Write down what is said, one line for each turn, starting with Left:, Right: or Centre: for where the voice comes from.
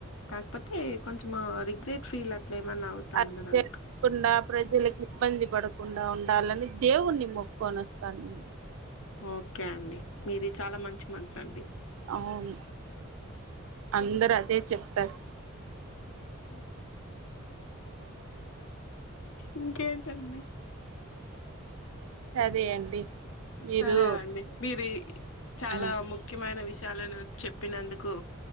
Left: కాకపోతే కొంచం రిగ్రెట్ ఫీల్ అ ట్ల ఏమన్నా అవుతాం
Right: అది
Left: కద
Right: జరగకుండా
Left: అందుకు
Right: ప్రజలకు ఇబ్బంది పడకుండా ఉండాలని దేవుణ్ణి మొక్కొని వస్తాను నేను
Left: ఓకే అండి మీది చాలా మంచి మనసు అండి
Right: అవును అందరు అదే చెప్తారు
Left: అ ఇంకేంటండి
Right: సరే అండి మీరు
Left: సరే అండి మీది చాలా
Right: ఆ
Left: ముఖ్యమైన విషయాలను చెప్పినందుకు